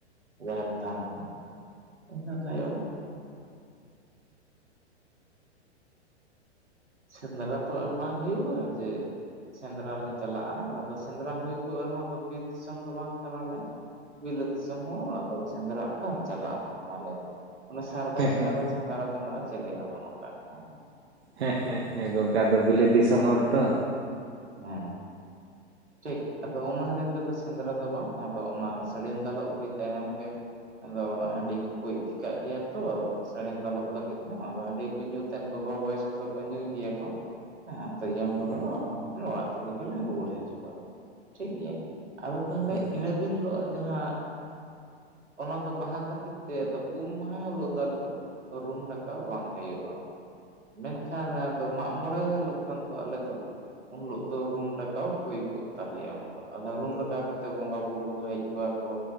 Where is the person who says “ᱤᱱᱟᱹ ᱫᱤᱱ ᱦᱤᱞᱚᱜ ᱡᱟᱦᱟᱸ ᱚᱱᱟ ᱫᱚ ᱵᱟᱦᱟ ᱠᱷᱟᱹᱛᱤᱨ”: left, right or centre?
Right